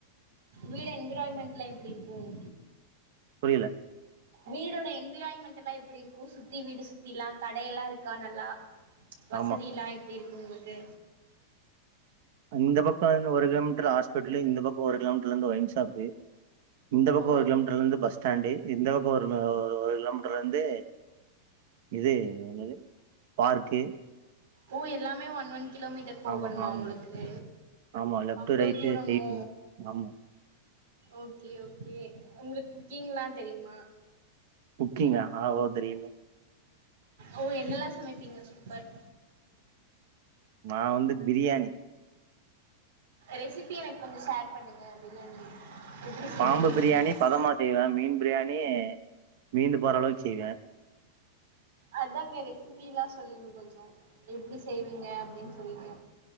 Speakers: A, on the right (about 60°); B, on the right (about 45°).
A: வீடு என்விராய்மெண்ட்லா எப்டி இருக்கும்
B: புரியல
A: வீடோட என்விராயமெண்டலா எப்டி இருக்கு சுத்தி வீடு சுத்திலா கடயெலா இருக்கா நல்லா வசதிலா
B: ஆமா
A: எப்டி இருக் உங்களுக்கு
B: இந்த பக்கம் இருந்து ஒரு கிலோமீட்டர் ஹாஸ்பிடலு இந்த பக்கம் ஒரு கிலோமீட்டர்ல இருந்து ஒயின்ஷாப் இந்த பக்கம்
A: ஓ
B: ஒரு கிலோமீட்டர்ல இருந்து பஸ் ஸ்டாண்டு் இந்த பக் ன்னு ஒரு ஒரு கிலோமீட்டர் இருந்து இது என்னது பார்க்கு
A: ஓ எல்லாமே ஒன் ஒன் கிலோமீட்டர் போகணுமா
B: ஆமா ஆமா
A: உங்களுக்கு
B: ஆமா லெஃப்ட்
A: அவ்ளோ
B: ரைட்டு
A: தூரமோ
B: ஸ்ட்ரைட்டுங்க ஆமா
A: ஓகே ஓகே உங்களுக்கு குக்கிங்லா தெரியுமா
B: குக்கிங்கா ஆ ஓ தெரியுமே
A: ஓ என்னல்லாம் சமைப்பீங்க சூப்பர்
B: நான் வந்து பிரியாணி
A: ரெசிபி எனக்கு கொஞ்சம் ஷேர் பண்ணுங்க பிரியாணி எப்டி செய்வீங்கன்னு
B: பாம்பு பிரியாணி பதமா செய்வேன் மீன் பிரியாணி மீண்டு போறளவுக்கு செய்வே
A: அதாங்க ரெசிபி எல்லாம் சொல்லுங்க கொஞ்சம் எப்படி செய்வீங்க அப்படின்னு சொல்லிட்டு